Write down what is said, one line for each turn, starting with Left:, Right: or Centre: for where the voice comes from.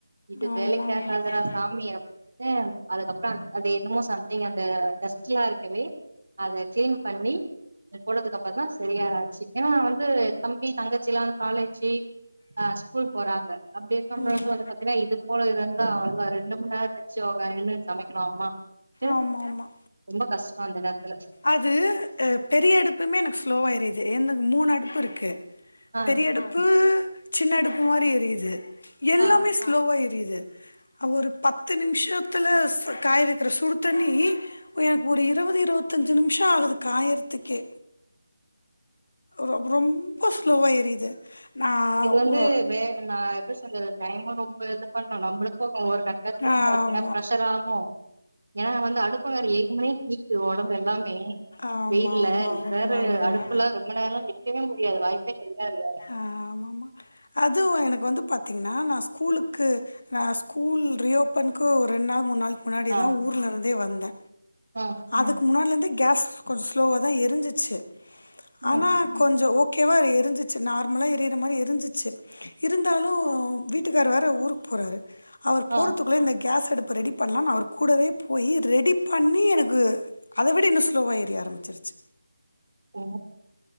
Right: இது
Left: ஆமா
Right: வேலைக்காகாதுரா
Left: ஆமா
Right: சாமிய அப்பே அது என்னமோ சம்திங் அந்த டஸ்ட்ட்லா இருக்கவே அத கிளீன் பண்ணி அது போறதுக்கு அப்புறந்தா சரியாச்சு ஏன்னா வந்து தம்பி தங்கச்சில்லா காலேஜி அ ஸ்கூல் போறாங்க அப்டி இருக்கும்
Left: ம் ம்
Right: பொழுது வந்து பாத்தீங்கன்னா இது போல இருந்தா அவளதா ரெண்டு மண்நேர வச்சு <unintelligible> அம்மா ட்டு
Left: ஆமா ஆமா
Right: ரொம்ப கஷ்டோ அந்த நேரத்துல
Left: அது அ பெரிய அடுப்புமே எனக்கு ஸ்லோவா எரியுது என்னது மூணு அடுப்பு இருக்கு
Right: ஆ
Left: பெரிய அடுப்பு சின்ன அடுப்பு மாரி எரியுது எல்லாமே
Right: ஆ
Left: ஸ்லோவா எ ரியுது ஒரு பத்து நிமிஷத்துல ச காய இருக்கிற சுடு தண்ணி எனக்கு இருவது இருவத்தஞ்சு நிமிச ஆகுது காயறத்துக்கே ரொ ரொம்ப ஸ்லோவா எரியுது நா
Right: இது வந்து
Left: ஒ
Right: வே நா எப்படி சொல்றது டைம ர இது பண்ணு நம்மளுக்கு ஒவ்வொரு கட்டத்து வந்து
Left: ஆமா
Right: பாத்தீங்கன்னா ப்ரெஷர்ராகு ஏன்னா வந்து அடுப்பங்கற ஏக்கு மணே கீட்டு ஒடம்பு எல்லாமே
Left: ஆமா
Right: வெயில்ல
Left: ஆமா
Right: இ
Left: உண்ம
Right: வேறு
Left: உண்ம
Right: அடுப்புலா ரொம்ப நேர நிக்கவே முடியாது வாய்ப்பே கெடையாது
Left: ஆ ஆமாமா அதுவு எனக்கு வந்து பார்த்தீங்கன்னா நா ஸ்கூலுக்கு நா ஸ்கூல் ரீ ஓபனுக்கு ஒரு ரெண்டு நாள் மூண் நாள் முன்னாடி
Right: ஆ
Left: தா ஊர்லருந்தே வந்தே
Right: ஆ
Left: அதுக்கு முன்னாடிலந்து கேஸ் கொஞ்ச ஸ்லோவ தா எரிஞ்சிச்சு
Right: ம்
Left: ஆனா கொஞ்ச ஓக் க்கேவா எரிஞ்சிச்சு நார்மல எரியிற மாரி எரிஞ்சிச்சு இருந்தாலு வீட்டுக்கார் வேற ஊருக்கு போ றாரு அவர் போறதுக்குள்ளே
Right: ஆ
Left: இந்த கேஸ்ஸடுப்பு ரெடி பண்ணலா அவர் கூடவே போய் ரெடி பண்ணி எனக்கு அங்கு அத விட இன்னு ஸ்லோவா ஏறிய ஆரம்பிச்சிருச்சி
Right: ஓ